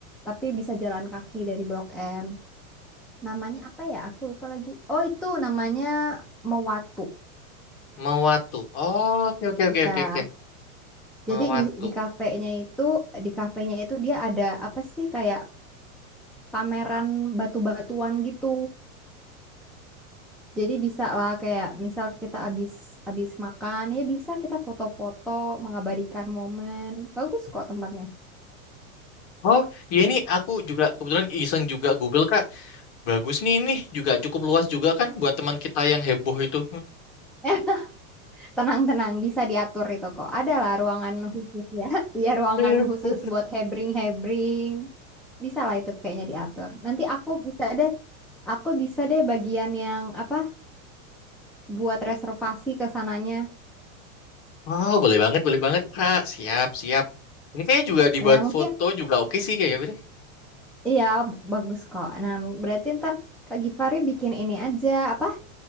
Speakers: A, in the centre; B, on the left (about 50°).
A: tapi bisa jalan kaki dari Blok M namanya apa ya aku lupa lagi oh itu namanya Mewatu
B: Mewatu. Oh, oke, oke, oke,
A: ya
B: oke, oke. Mewatu.
A: jadi di di kafenya itu di kafenya itu dia ada apa sih kayak pameran batu-batuan gitu jadi bisa lah kayak misal kita abis abis makan ya bisa kita foto-foto mengabadikan momen bagus kok tempatnya
B: Oh, ya ini aku juga kebetulan iseng juga Google, Kak. Bagus nih ini. Juga cukup luas juga kan buat teman kita yang heboh itu.
A: <laughs> Tenang-tenang, bisa diatur itu kok. Adalah ruangan khusus ya. <laughs> Ya, ruangan
B: <laughs>
A: khusus buat hebring-hebring. Bisa lah itu kayaknya diatur. Nanti aku bisa deh, aku bisa deh bagian yang apa, buat reservasi ke sananya.
B: Wow, boleh banget, boleh banget, Kak. Siap, siap. Ini kayaknya juga dibuat
A: Nah, mungkin
B: foto juga oke sih kayaknya. Bre.
A: iya bagus kok. Nah, berarti ntar Kak Givari bikin ini aja, apa,